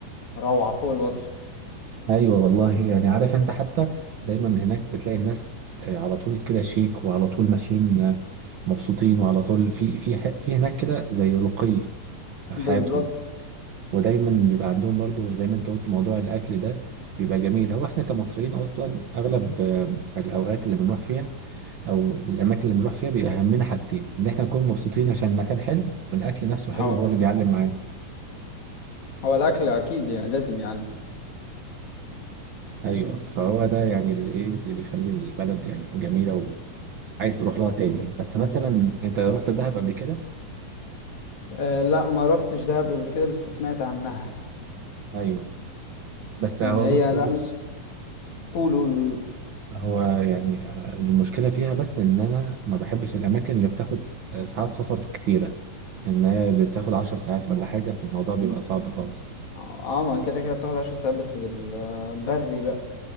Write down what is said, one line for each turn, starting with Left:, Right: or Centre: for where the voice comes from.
Left: روعة فوق الوصف
Right: ايوه والله يعني عارف انت حتى دايما هناك بتلاقي الناس آه، على طول كده شيك وعلى طول ماشيين آه، مبسوطين وعلى طول في في في هناك كده زي رقي في حياتهم
Left: بالظبط
Right: ودايما بيبقى عندهم برضو زي ما انت قلت موضوع الاكل ده بيبقى جميل هو احنا كمصريين اصلا اغلب آه، الاوقات اللي بنروح فيها او الاماكن اللي بنروح فيها بيبقى همنا حاجتين ان احنا نكون مبسوطين عشان المكان حلو والاكل نفسه
Left: اه
Right: حلو هو اللي بيعلم معانا
Left: هو الأكل أكيد يعني لازم يعني
Right: ايوه فهو ده يعني اللي ايه اللي بيخلي البلد يعني جميله وعايز تروح لها تاني بس مثلا انت رحت دهب قبل كده
Left: أه لا ما روحتش دهب قبل كده بس سمعت عنها
Right: ايوه بس هو
Left: إن هي
Right: بص
Left: لا
Right: بص
Left: قول قول قول قول.
Right: هو يعني آه، المشكلة فيها بس إن أنا ما بحبش الأماكن اللي بتاخد آه، ساعات سفر كتيرة إن هي بتاخد عشر ساعات ولا حاجة فالموضوع بيبقى صعب خالص
Left: اه ما كده كده بتاخد عشر ساعات بس بالبري بقى